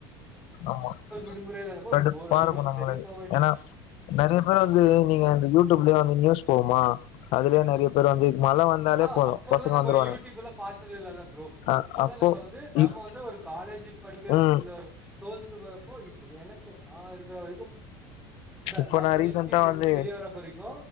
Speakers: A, on the left (about 60°); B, in the centre.
A: ஆமா
B: விடுமுறைல
A: கடுப்பா
B: போர் அடிக்கு
A: இருக்கும் நம்மளுக்கு
B: சரி போ வேண்டியது
A: ஏன்னா நிறைய பேர் வந்து நீங்க இந்த யூடியூப்லயே வந்து நியூஸ் போகுமா அதுலயே நறைய பேர் வந்து மழ வந்தாலே
B: ஆஹ்
A: போது
B: அப்ப
A: பசங்க
B: எல்லாம் நம்ம
A: வந்துருவானுங்க
B: யூடியூப் எல்லாம் பார்த்தது இல்லாத ப்ரோ
A: அ
B: இப்பதான்
A: அப்போ
B: நம்ம வந்து நம்ம
A: இப்
B: வந்து ஒரு காலேஜ் படிக்கிற
A: ம்
B: இல்ல டுவலத்து பா இப்போ இப்போ எனக்கு நா இருக்குற வரைக்கு இந்தா
A: இப்ப
B: நா படிச்சி
A: ரீசன்டா
B: முடிச்சி
A: வந்து
B: வெளியேர வரைக்கு